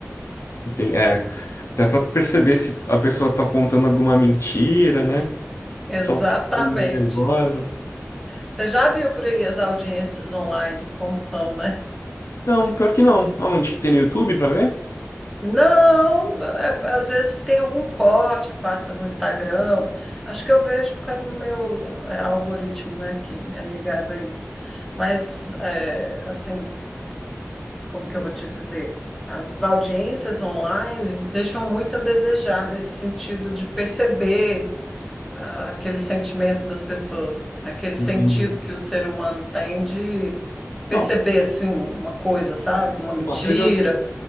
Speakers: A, on the left; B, in the centre.
A: Tem- é, até pra perceber se a pessoa tá contando alguma mentira, né?
B: Exatamente.
A: Só tá ficando meio nervosa.
B: Você já viu por aí as audiências online, como são, né?
A: Não, pior que não. Aonde? que Tem no YouTube pra ver?
B: Não, é- às vezes tem algum corte, passa no Instagram. Acho que eu vejo por causa do meu é, algoritmo, né, que é ligado a isso. Mas, é, assim, como que eu vou te dizer? As audiências online deixam muito a desejar nesse sentido de perceber ah, aquele sentimento das pessoas, aquele sentido
A: Entendi.
B: que o ser humano tem de perceber
A: Não.
B: assim uma coisa, sabe? Uma mentira.
A: Uma vez eu,